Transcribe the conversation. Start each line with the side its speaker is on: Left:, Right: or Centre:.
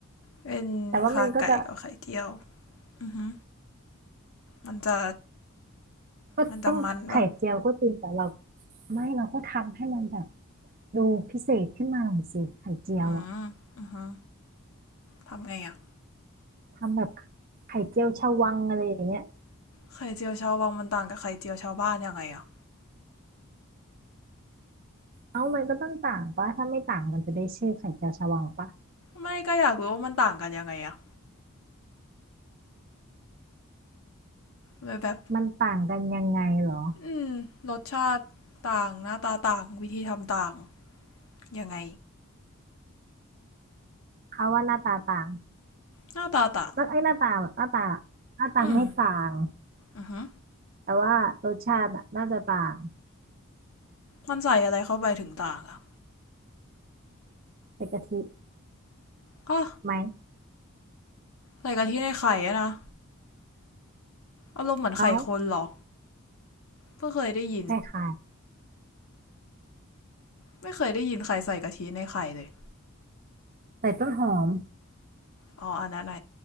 Left: เป็นขาไก่กับไข่เจียว
Right: แต่ว่ามันก็จะ
Left: อือหึมันจะ
Right: ก็ต้องไข่เจียวก็จริงแต่เรา
Left: มันจะมันปะ
Right: ไม่เราก็ทำให้มันแบบดูพิเศษขึ้นมาหน่อยสิไข่เจียวอ่ะ
Left: อืมอือหึทำไงอะ
Right: ทำแบบไข่เจียวชวังอะไรอย่างเงี้ย
Left: ไข่เจียวชาววังมันต่างกับไข่เจียวชาวบ้านยังไงอะ
Right: เอ้ามันก็ต้องต่างปะถ้าไม่ต่างมันจะได้ชื่อไข่เจียวชวาปะ
Left: ไม่ก็อยากรู้ว่ามันต่างกันยังไงอะเลยแบบ
Right: มันต่างกันยังไงเหรอ
Left: อืมรสชาติต่างหน้าตาต่างวิธีทำต่างยังไง
Right: เขาว่าหน้าตาต่าง
Left: หน้าตาต่าง
Right: แล้วไอ้หน้าตาหน้าตาหน้าตาไม่ต่าง
Left: อืมอือฮึ
Right: แต่ว่ารสชาติอะน่าจะต่าง
Left: มันใส่อะไรเข้าไปถึงต่างอะ
Right: ใส่กะทิ
Left: ก็
Right: ไหม
Left: ใส่กะทิในไข่อะนะอารมณ์เหมือนไข่คนเหรอ
Right: เอ้า
Left: เพิ่งเคยได้ยิน
Right: ใช่ค่ะ
Left: ไม่เคยได้ยินใครใส่กะทิในไข่เลย
Right: ใส่ต้นหอม
Left: อ๋ออันนั้นไง